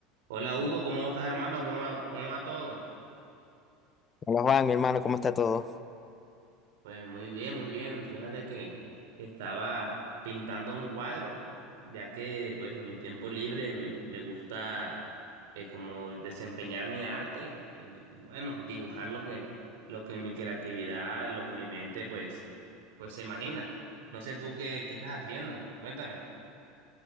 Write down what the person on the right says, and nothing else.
Hola Hugo, ¿cómo estás hermano? ¿Cómo va, cómo va todo?
Pues muy bien, muy bien. Fíjate que estaba pintando un cuadro, ya que pues en mi tiempo libre me, me gusta eh, como desempeñar mi arte eh, y bueno, dibujar lo que, lo que mi creatividad, lo que mi mente pues, pues se imagina. No sé tú qué, qué estás haciendo, cuéntame.